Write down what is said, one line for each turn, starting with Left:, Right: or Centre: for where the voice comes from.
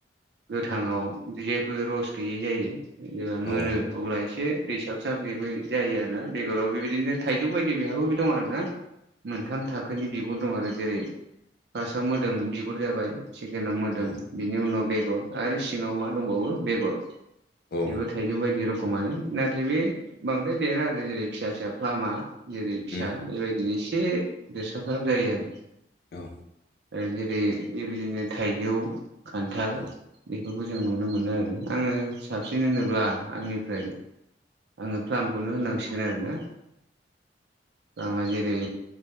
Right: गोथांआव जेबो रस गैयै जायो ओ
Left: औ
Right: मोनो अब्ला एसे दैसाब साब बेबो जायो आरोना बेगराव बेबायदिनो थाइजौ बायदि बिहाबो दं आरो ना मोनथाम थाखोनि बिगुर दं आरो जेरै फार्स्टआव मोदोम बिगुर जाबाय सेकेेनाव मोदोम
Left: औ
Right: बिनि उनाव बेगर आरो सिङाव मा दंबावो बेगर
Left: औ
Right: बेबो थाइजौ बायदि रखोमानो नाथाय बे बांद्राय देरा आरो जेरै फिसा फिसा फ्लामा जेरै फिसा
Left: उम उम
Right: बेबायदिनो एसे देरसाब साब जायो आरो
Left: औ
Right: ओ जेरै बेबायदिनो थाइजौ खान्थाल
Left: औ
Right: बे बेफोरखौ जों नुनो मोनो आरो आङो साबसिन होनोब्ला आंनिफ्राय आङो फ्लार्खौनो होनांसिगोन आरो ना प्लामा जेरै